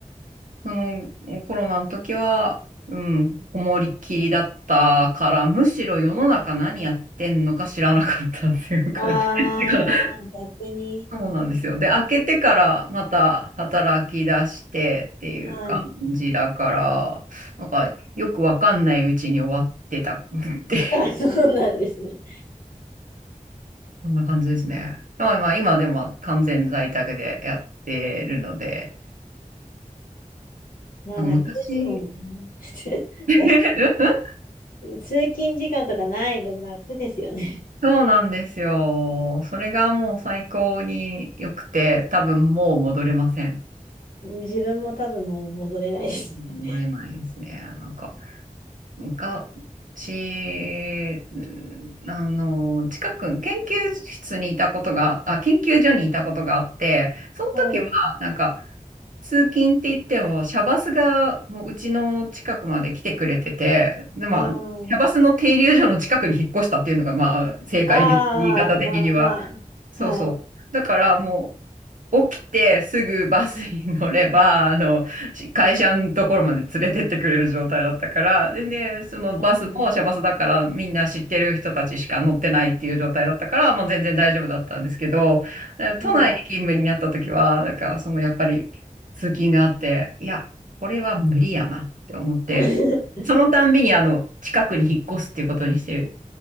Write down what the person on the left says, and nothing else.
あ
あ、逆に。
はい。
あ、そうなんですね。
まあ楽ですもんね。
<laughs>
通勤時間とかない分楽ですよね。
<laughs> 自分も多分もう戻れないですね。
<laughs> はい。
あ
あ、ああ、
まあまあ、
はい。
あ
あ、はい。
<laughs>